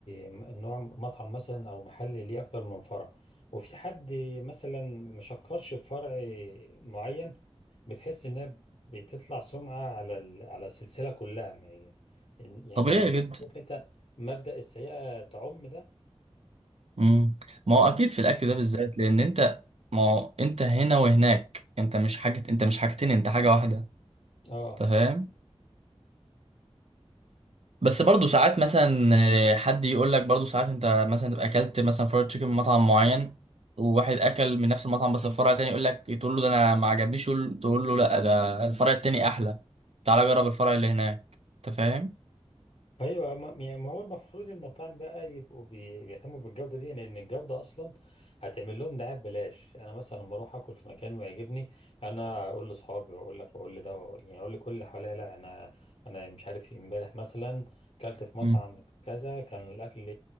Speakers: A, on the left; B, on the right.
A: م- نوع مطعم مثلا او محل ليه اكتر من فرع وفي حد مثلا ما شكرش في فرع معين بتحس انها بتطلع سمعه على ال... على السلسله كلها ما- يعني
B: طبيعي
A: اللي-
B: جدا
A: عارف انت مبدأ السيئه تعم ده
B: مم. ما هو
A: اه
B: اكيد في الاكل ده بالذات لان انت ما هو انت هنا وهناك انت مش حاجة انت مش حاجتين انت حاجة واحدة
A: اه
B: انت فاهم بس برضه ساعات مثلا آه، حد يقول لك برضه ساعات انت مثلا تبقى اكلت مثلا فرايد تشيكن من مطعم معين وواحد اكل من نفس المطعم بس الفرع التاني يقول لك تقول له ده انا ما عجبنيش يقول- تقول له لا ده الفرع التاني احلى تعالى جرب الفرع اللي هناك انت فاهم
A: ايوه ما يعني ما هو المفروض المطاعم بقى يبقوا بي- بيهتموا بالجوده دي لان الجوده اصلا هتعمل لهم دعايه ببلاش انا مثلا لما اروح اكل في مكان ويعجبني انا اقول لاصحابي واقول لك واقول لده واقول يعني اقول لكل اللي حواليا لا انا انا مش عارف إيه، امبارح مثلا كلت في مطعم
B: امم
A: كذا كان الاكل